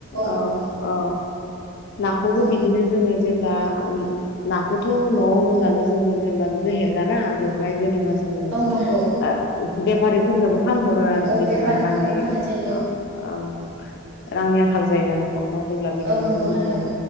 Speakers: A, on the left; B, on the right.
A: औ
B: नंगौ
A: औ नाखौबो
B: औ
A: बिदिनो जोङो जेन ब्ला <unintelligible> नाखौथ नआवल जानो जोङो जेब्ला बेखौ हेगारा बेवहाय जेनेबा। जोङो
B: औ
A: ओ
B: नंगौ
A: बे। फोरनोबो। फानहरो आरो
B: औ
A: जेब्ला
B: बेफारफोरनोबो
A: रांनि
B: फाननाय जायो
A: ओं ओं। रांनि आंखाल जायोना नखर। जेब्ला बेखौनो
B: औ नंगौ
A: जोङो
B: थारैनो